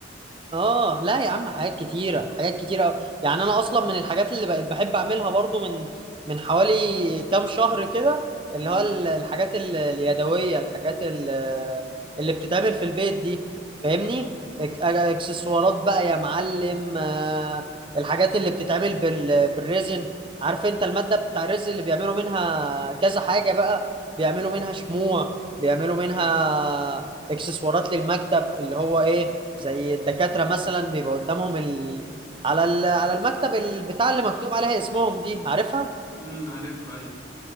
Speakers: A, on the right; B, on the left.
A: اه لا يا عم حاجات كتيرة حاجات كتيرة أوي. يعني انا اصلا من الحاجات اللي بقيت بحب اعملها برضو من من حوالي كام شهر كده
B: امم
A: اللي هو ال- الحاجات ال- اليدوية الحاجات ال- اللي بتتعمل في البيت دي فاهمني إك- اكسسوارات بقى يا معلم آه، الحاجات اللي بتتعمل بال- بالريزن عارف انت المادة بتاع الريزن اللي بيعملوا منها كذا حاجة بقى بيعملوا منها شموع بيعملوا منها اكسسوارات للمكتب اللي هو ايه زي الدكاترة مثلا بيبقى قدامهم ال... على ال... على المكتب ال... بتاع اللي مكتوب عليها اسمهم دي عارفها
B: امم عارفها ايوه